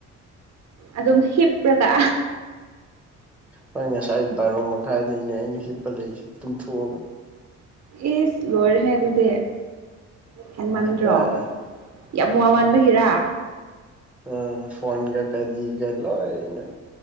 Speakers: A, on the right (about 60°); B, in the centre.
A: ꯑꯗꯨꯝ ꯍꯤꯞꯄ꯭ꯔꯒ
B: ꯍꯣꯏ ꯉꯁꯥꯏ ꯕꯥꯔꯣ ꯃꯈꯥꯏꯗꯩꯅꯦ ꯑꯩꯅ ꯍꯤꯞꯄ ꯂꯩꯁꯤ ꯇꯨꯝꯊꯣꯛꯑꯒ
A: ꯏꯁ ꯂꯣꯏꯔꯦꯍꯦ ꯑꯗꯨꯗꯤ ꯍꯦꯟꯃꯟꯗ꯭ꯔꯣ
B: ꯑ
A: ꯌꯥꯝ ꯋꯥꯥꯃꯟꯕꯒꯤꯔ
B: ꯎꯝ ꯐꯣꯟꯒ ꯀꯔꯤꯒ ꯂꯣꯏꯅ